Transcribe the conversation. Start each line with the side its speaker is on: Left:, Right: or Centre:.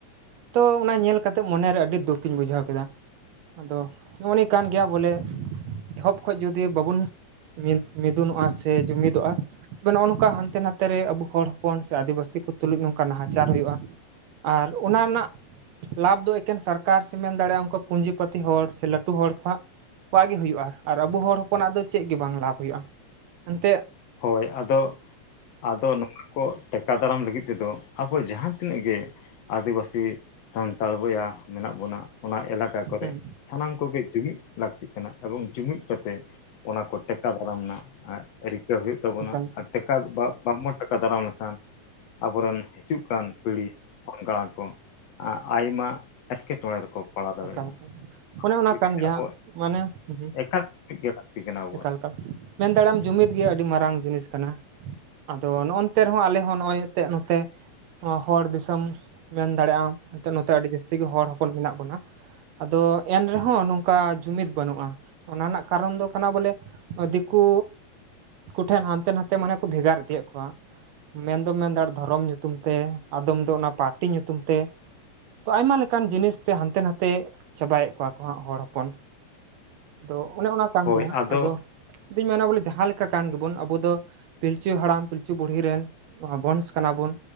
Right: ᱛᱚ ᱚᱱᱟ ᱧᱮᱞ ᱠᱟᱛᱮᱜ ᱢᱚᱱᱮᱨᱮ ᱟᱹᱰᱤ ᱫᱩᱠ ᱤᱧ ᱵᱩᱡᱷᱟᱹᱣ ᱠᱮᱫᱟ᱾ ᱟᱫᱚ ᱩᱱᱤ ᱠᱟᱱ ᱜᱮᱭᱟ ᱵᱚᱞᱮ ᱮᱦᱚᱵ ᱠᱷᱚᱱ ᱡᱩᱫᱤ ᱵᱟᱵᱚᱱ ᱢᱤ ᱢᱤᱫᱩᱱᱚᱜᱼᱟ ᱥᱮ ᱡᱩᱢᱤᱫᱚᱜᱼᱟ ᱱᱚᱜᱼᱚ ᱱᱚᱝᱠᱟ ᱦᱟᱱᱛᱮ ᱱᱟᱛᱮ ᱨᱮ ᱟᱵᱚ ᱦᱚᱲ ᱦᱚᱯᱚᱱ ᱥᱮ ᱟᱹᱫᱤᱵᱟᱹᱥᱤ ᱠᱚ ᱛᱩᱞᱩᱡ ᱱᱚᱝᱠᱟ ᱱᱟᱦᱟᱪᱟᱨ ᱦᱩᱭᱩᱜᱼᱟ ᱟᱨ ᱚᱱᱟ ᱱᱟᱜ ᱞᱟᱵᱷ ᱫᱚ ᱮᱠᱦᱮᱱ ᱥᱚᱨᱠᱟᱨ ᱥᱮ ᱢᱮᱱ ᱫᱟᱲᱮᱭᱟᱜᱼᱟ ᱩᱱᱠᱩ ᱯᱩᱸᱡᱤ ᱯᱟᱹᱛᱤ ᱦᱚᱲ ᱥᱮ ᱞᱟᱹᱴᱩ ᱦᱚᱲ ᱠᱚᱣᱟᱜ ᱾ ᱩᱱᱠᱩᱼᱟᱜ ᱜᱮ ᱦᱩᱭᱩᱜᱼᱟ ᱟᱨ ᱟᱵᱚ ᱦᱚᱲ ᱦᱚᱯᱚᱱᱟᱜ ᱫᱚ ᱪᱮᱫ ᱜᱮ ᱵᱟᱝ ᱞᱟᱵᱷ ᱦᱩᱭᱩᱜᱼᱟ᱾ ᱮᱱᱛᱮᱫᱼᱼ
Left: ᱦᱳᱭ ᱟᱫᱚ ᱟᱫᱚ ᱱᱚᱣᱟ ᱠᱚ ᱴᱮᱠᱟᱣ ᱫᱟᱨᱟᱢ ᱞᱟᱹᱜᱤᱫ ᱛᱮᱫᱚ ᱟᱵᱚ ᱡᱟᱦᱟᱸ ᱛᱤᱱᱟᱹᱜ ᱜᱮᱼᱼ ᱟᱹᱫᱤᱵᱟᱹᱥᱤ ᱥᱟᱱᱛᱟᱲ ᱵᱚᱭᱦᱟ ᱢᱮᱱᱟᱜ ᱵᱚᱱᱟ ᱚᱱᱟ ᱮᱞᱟᱠᱟ ᱠᱚᱨᱮᱼᱼ
Right: ᱦᱩᱸ
Left: ᱥᱟᱱᱟᱢ ᱠᱚᱜᱮ ᱡᱩᱢᱤᱫ ᱞᱟᱹᱠᱛᱤᱜ ᱠᱟᱱᱟ ᱮᱵᱚᱝ ᱡᱩᱢᱤᱫ ᱠᱟᱛᱮᱼᱼ ᱚᱱᱟ ᱠᱚ ᱴᱮᱠᱟᱣ ᱫᱟᱨᱟᱢ ᱮᱱᱟ ᱮᱸ ᱨᱤᱠᱟᱹ ᱦᱩᱭᱩᱜ ᱛᱟᱵᱚᱱᱟ
Right: ᱮᱠᱟᱞ
Left: ᱟᱨ ᱴᱮᱼᱼ <inaudible> ᱵᱟᱝ ᱵᱚᱱ ᱴᱮᱠᱟᱣ ᱫᱟᱨᱟᱢ ᱞᱮᱠᱷᱟᱱᱼᱼ ᱟᱵᱚᱨᱮᱱ ᱦᱤᱡᱩᱜ ᱠᱟᱱ ᱯᱤᱲᱦᱤ ᱯᱝᱜᱲᱟ ᱠᱚᱼᱼ ᱟ ᱟᱭᱢᱟ ᱮᱸᱴᱠᱮᱴᱚᱸᱬᱮ ᱨᱮᱠᱚᱼᱼ ᱯᱟᱲᱟᱣ ᱫᱟᱲᱮᱭᱟᱜᱼᱟ
Right: ᱮᱠᱟᱞ ᱚᱱᱮ
Left: ᱚᱱᱟ ᱠᱷᱟᱹᱛᱤᱨ
Right: ᱠᱟᱱ
Left: ᱛᱮ
Right: ᱜᱮᱭᱟ
Left: ᱟᱵᱚ
Right: ᱢᱟᱱᱮ ᱦᱩᱸ
Left: ᱮᱠᱟᱞ ᱞᱟᱹᱠᱛᱤ ᱠᱟᱱᱟ ᱟᱵᱚᱣᱟᱜ᱾
Right: ᱮᱠᱟᱞ ᱢᱮᱱ ᱫᱟᱲᱮᱭᱟᱜᱼᱟᱢ ᱡᱩᱢᱤᱫ ᱜᱮ ᱟᱹᱰᱤ ᱢᱟᱨᱟᱝ ᱡᱤᱱᱤᱥ ᱠᱟᱱᱟ᱾ ᱟᱫᱚ ᱱᱚᱸᱜᱼᱚᱱᱛᱮ ᱨᱮᱦᱚᱸ ᱟᱞᱮ ᱦᱚᱸ ᱱᱚᱸᱜᱼᱚᱭ ᱮᱱᱛᱜ ᱱᱚᱛᱮ ᱱᱚᱣᱟ ᱦᱚᱲ ᱫᱤᱥᱚᱢ ᱢᱮᱱ ᱫᱟᱲᱮᱜ ᱟᱢ ᱱᱚᱛᱮ ᱟᱹᱰᱤ ᱡᱟᱹᱥᱛᱤ ᱜᱮ ᱦᱚᱲ ᱦᱚᱯᱚᱱ ᱢᱮᱱᱟᱜ ᱵᱚᱱᱟ᱾ ᱟᱫᱚ ᱮᱱ ᱨᱮᱦᱚᱸ ᱱᱚᱝᱠᱟ ᱡᱩᱢᱤᱫ ᱵᱟᱹᱱᱩᱜᱼᱟ ᱚᱱᱟ ᱨᱮᱱᱟᱜ ᱠᱟᱨᱚᱱ ᱫᱚᱼᱼ ᱠᱟᱱᱟ ᱵᱚᱞᱮ ᱫᱤᱠᱩ ᱠᱚ ᱴᱷᱮᱱ ᱦᱟᱱᱛᱮ ᱱᱟᱛᱮ ᱢᱟᱱᱮ ᱠᱚ ᱵᱷᱮᱜᱟᱨ ᱤᱫᱤᱭᱼᱮᱫ ᱠᱚᱣᱟ᱾ ᱢᱮᱱ ᱫᱚᱢ ᱢᱮᱱᱫᱟ ᱫᱷᱚᱨᱚᱢ ᱧᱩᱛᱩᱢ ᱛᱮ ᱟᱫᱚᱢ ᱫᱚ ᱚᱱᱟ ᱯᱟᱴᱤ ᱧᱩᱛᱩᱢ ᱛᱮᱼᱼ ᱛᱚ ᱟᱭᱢᱟ ᱞᱮᱠᱟᱱ ᱡᱤᱱᱤᱥᱛᱮ ᱦᱟᱱᱛᱮ ᱱᱟᱛᱮ ᱪᱟᱵᱟᱭᱮᱫ ᱠᱚᱣᱟ ᱠᱚ ᱦᱚᱲ ᱦᱚᱯᱚᱱ᱾ ᱟᱫᱚ ᱚᱱᱮ ᱚᱱᱟ ᱠᱟᱱ
Left: ᱦᱳᱭ
Right: ᱜᱮ ᱦᱟᱸᱜ
Left: ᱟᱫᱚ
Right: ᱟᱫᱚᱼᱼ ᱟᱫᱩᱧ ᱢᱮᱱᱟ ᱵᱚᱞᱮ ᱡᱟᱦᱟᱸ ᱞᱮᱠᱟ ᱠᱟᱱ ᱜᱮᱵᱚᱱ ᱟᱵᱚ ᱫᱚ ᱯᱤᱞᱪᱩ ᱦᱟᱲᱟᱢ ᱯᱤᱞᱪᱩ ᱵᱩᱲᱦᱤ ᱨᱮᱱᱼᱼ ᱵᱚᱱᱥ ᱠᱟᱱᱟ ᱵᱚᱱ